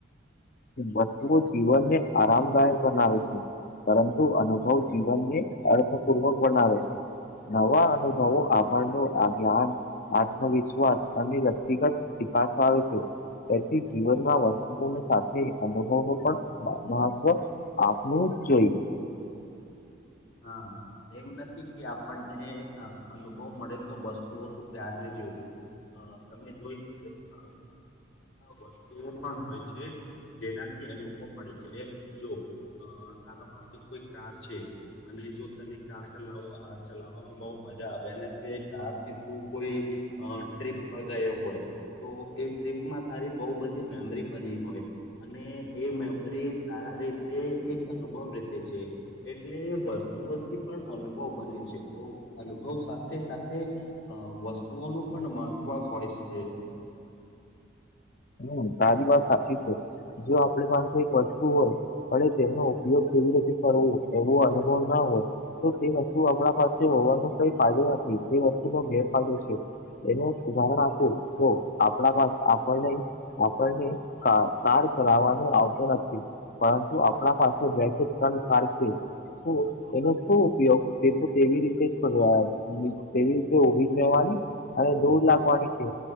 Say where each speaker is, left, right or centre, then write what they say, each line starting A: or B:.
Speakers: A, on the left; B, on the left.
A: વસ્તુઓ જીવનને આરામદાયક બનાવે છે. પરંતુ અનુભવ જીવનને અર્થપૂર્વક બનાવે છે. નવા અનુભવો આપણનો આ જ્ઞાન આત્મવિશ્વાસ અને વ્યક્તિગત વિકાસ આવે છે. તેથી જીવનમાં વસ્તુઓને એ અનુભવ ન પણ મહત્વ આપવું જ જોઈએ.
B: હા એમ નથી કે આપણને અનુભવ મણે તો વસ્તુઓ તો પ્યારને જોવી તમે જોઈ હશે. હા વસ્તુઓ પણ હોય છે. જેનાથી અનુભવ મળે છે એમ જો અ તારા પાસે કોઈ કાર છે. અને જો તને કાર ચલાવ ચલાવવામાં બહ મજા આવે અને તે કાર થી તું કોઈ અ ટ્રીપ પર ગયો હોય તો એ ટ્રીપમાં તારી બહુ બધી મેમરી બની હોય અને એ મેમરી તારા રીતે એક અનુભવ રીતે છે એટલ. વસ્તુઓથી પણ અનુભવ બને છે તો અનુભવ સાથે સાથે અ વસ્તુઓનું પણ મહત્વ હોય છે.
A: હમ તારી વાત સાચી છે જો આપણી પાસે એક વસ્તુ હોય પણ તેનો ઉપયોગ કેવી રીતે કરવો? એવો અનુભવ ના હોય તો તે વસ્તુ આપમણા પાસે હોવાનો કઈ ફાયદો નથી તે વસ્તુનો ગેરફાયદો છે. એને એક ઉદાહરણ આપું જો આપણા પા આપણને કાર ચલાવવાનો આવતો નથી- પરંતુ આપણા પાસે બે કે ત્રણ કાર છે. એનો શું ઉપયોગ તે તો તેવી રીતે જ કર તેવી રીતે ઊભી રહેવાની અને દોર લાગવાની છે